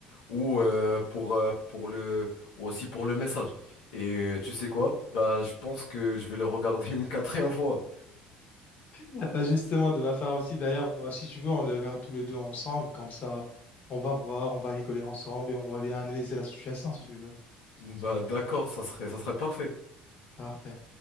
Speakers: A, on the left; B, on the left.
A: Ou euh, pour, euh, pour le, ou aussi pour le message. Et euh, tu sais quoi? Bah, je pense que je vais le regarder <laughs> une quatrième fois.
B: Bah, justement, de ma part aussi, d'ailleurs, bah, si tu veux, on le regarde tous les deux ensemble, comme ça, on va voir, on va rigoler ensemble et on va bien analyser la situation, si tu veux.
A: Bah d'accord, ça serait, ça serait parfait.
B: Parfait.